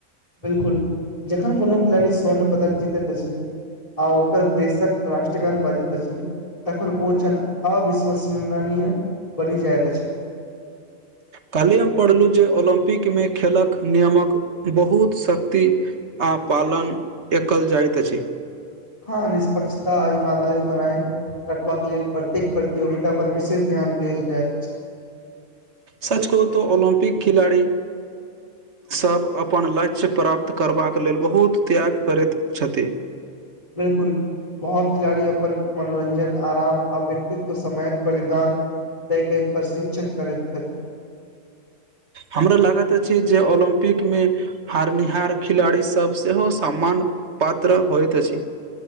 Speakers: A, on the left; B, on the right.
A: बिलकुल जखन कोनो खिलाड़ी स्वर्ण पदक जितैत अछि आ ओकर देशक राष्ट्रगान बजैत अछि तखन ओ छनि अविश्वसमरनीय बनि जाईत अछि
B: काल्हि हम पढ़लहुँ जे ओलम्पिकमे खेलक नियमक बहुत शक्ति आ पालन एकल जाइत अछि
A: हँ निष्पक्षता ईमानदारी बनाए रखबाक लेल प्रत्येक प्रतियोगिता पर विशेष ध्यान देल जायइत छै
B: सच कहू तऽ ओलम्पिक खिलाड़ी सभ अपन लक्ष्य प्राप्त करबाक लेल बहुत त्याग करैत छथिन
A: बिलकुल बहोत खिलाड़ी अपन मनोरञ्जन आराम आ व्यक्तित्व समयक बलिदान दैके प्रशिक्षण करैत छथिन
B: हमरा लागैत अछि जे ओलम्पिक मे हारनिहार खिलाड़ी सब सेहो सम्मान पात्र होइत अछि